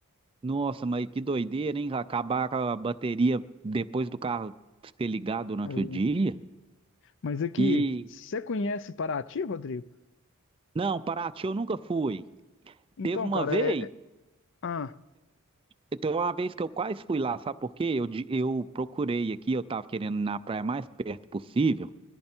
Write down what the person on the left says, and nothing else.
É.
Mas aqui,
você conhece Paraty, Rodrigo?
Então,
cara,
é. é- Ah,